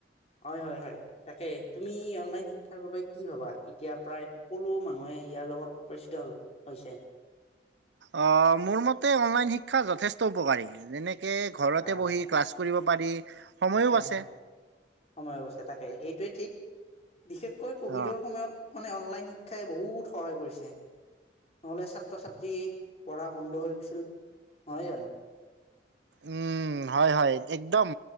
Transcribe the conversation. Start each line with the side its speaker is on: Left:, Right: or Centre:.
Left: হয় হয় হয় তাকে তুমি অনলাইন শিক্ষাৰ বাবে কি ভাবা এতিয়া প্ৰায় সকলো মানুহে ইয়াৰ লগত পৰিচিত হৈছে।
Right: আহ মোৰ মতে অনলাইন শিক্ষা যথেষ্ট উপকাৰী যেনে ঘৰতে
Left: হয়
Right: বহি ক্লাচ কৰিব পাৰি সময়ো
Left: হয়,
Right: বাচে।
Left: হয়, সময় অৱস্থা তাকে সেইটোৱে ঠিক বিশেষকৈ কভিডৰ
Right: অ',
Left: সময়ত মানে অনলাইন শিক্ষাই বহুত সহায় কৰিছে, নহ'লে ছাত্ৰ-ছাত্ৰী পঢ়া বন্ধ হৈ গৈছিল নহয় জানো।
Right: উম হয় হয় একদম।